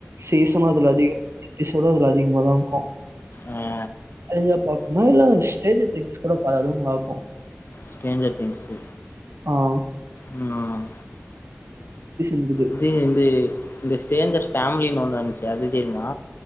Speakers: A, on the right; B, on the left.
A: சீசனு அதுல அதிகோ எபிசோடு அதுல அதிகமா தா இருக்கோ
B: ஆ
A: அதுலா பாக்குமா இல்ல ஸ்ட்ரேஞ்ஜர் திங்க் கூட அதுவு ஒன்னு பாக்கோ
B: ஸ்டேஞ்சர் திங்ஸு
A: ஆஹ்
B: உம் ஆஹ்
A: இருக்குது.
B: இது இந்து இந்த ஸ்டேஞ்சர் ஃபேமிலின்னு ஒன்னு வந்ச்சு அது தெயுமா